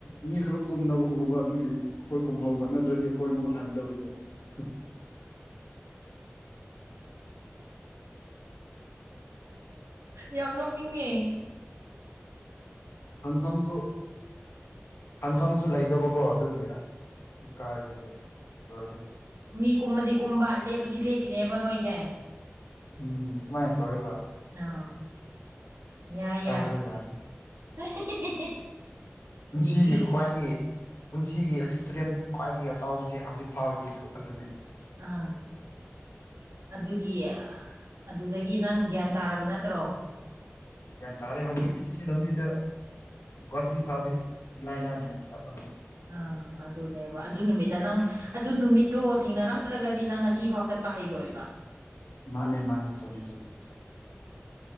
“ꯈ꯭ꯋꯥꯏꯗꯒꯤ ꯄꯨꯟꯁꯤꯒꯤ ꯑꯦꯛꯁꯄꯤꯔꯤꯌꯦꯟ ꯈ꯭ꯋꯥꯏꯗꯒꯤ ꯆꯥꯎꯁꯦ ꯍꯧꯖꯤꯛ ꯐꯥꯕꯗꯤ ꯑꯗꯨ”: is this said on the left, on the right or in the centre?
Left